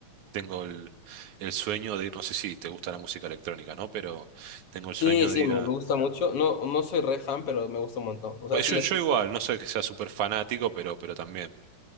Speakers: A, on the right; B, on the left.
A: tengo el, el sueño de ir, no sé si te gusta la música electrónica, ¿no? Pero tengo el
B: Sí,
A: sueño
B: sí,
A: de ir
B: me,
A: a...
B: me gusta mucho. No, no soy re fan, pero me gusta un montón. O sea,
A: Bueno,
B: sí
A: Yo,
B: la
A: yo
B: escucho.
A: igual, no soy que sea súper fanático, pero, pero también.